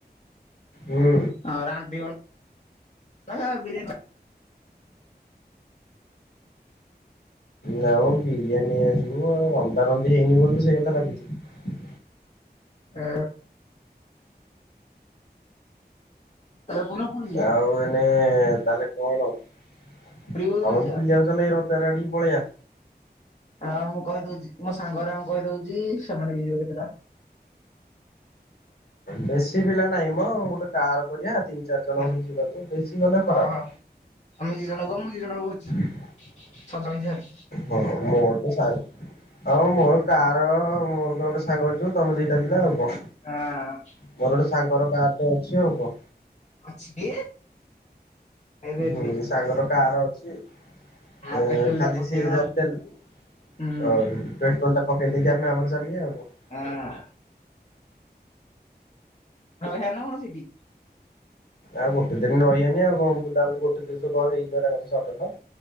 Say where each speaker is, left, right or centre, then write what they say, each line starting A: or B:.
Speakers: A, on the left; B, on the left.
A: ହୁଁ।
B: ହଁ ରାନ୍ଧିବ ନା ବି
A: ନାମ ବିରିୟାନୀ ନେଇ ଆସିବୁ ଆଉ, ରନ୍ଧା ରନ୍ଧି ହେଇନି ବୋଲି ସେଇ କଥା ଲାଗିଛି
B: ଆ। କୋଉଦିନ ପୁରୀ ଯିବା
A: ଆଉ ଏଇନେ। ତାହେଲେ କଣ ଆଉ
B: ପୁରୀ କୋଉଦିନ ଯିବା?
A: ବୁଲିଯାଉଚ ନା ଏଇ <unintelligible> ପଳେଇଆ
B: ଆଉ ମୁଁ କହିଦଉଚି ମୋ ସାଙ୍ଗରାଙ୍କୁ କହିଦଉଛି, ସେମାନେ ବି ଯିବେ କେତେଟା
A: ବେଶି ପିଲା ନାହିଁ ମ, ଗୋଟେ କାର କରିଆ। ତିନ ଚାର ଜଣେ
B: ହଁ
A: ଖଣ୍ଡେ ଯିବା ତ ବେଶି ଗଲେ ଖରାପ୍
B: ହଁ। ଆମେ ଦି ଜଣ ଗମୁ ଦି ଜଣ କହୁଛି
A: <unintelligible>
B: ଛଅ ଜଣ ଝିଆରି।
A: ହଁ ମୋରତ ସାଙ୍ଗ ହଉ ମୋର କାର, ମୋର ତ ଗୋଟେ ସାଙ୍ଗ ଅଛି ତମେ ଦିଟା ପିଲା ଆଉ। କଣ
B: ହଁ।
A: ମୋର ଗୋଟେ ସାଙ୍ଗର କାର ଟେ ଅଛି ଆଉ କଣ।
B: ଅଛି ଟି ରେଡି
A: ହୁଁ ସାଙ୍ଗର କାର ଅଛି
B: ଆ
A: ଏଁ
B: ପେଟ୍ରୋଲ
A: ଖାଲି
B: ଟା ପକେଇଦବା
A: ସିଏ ଯାହା ତେ ଅ
B: ହୁଁ।
A: ପେଟ୍ରୋଲଟା ପକେଇ ଦେଇ କି ଆମେ ଆମର ଚାଲିବା ଆଉ କଣ।
B: ହଁ। ରହିବାନା କଣ ସେଟିି?
A: ଆଉ ଗୋଟେ ଦିନ ରହିବାନି ଆଉ କଣ ବୁଲାବୁଲି ଗୋଟେ ଦିନରେ କଣ ହେଇଯିବନା କଣ ସଡନ।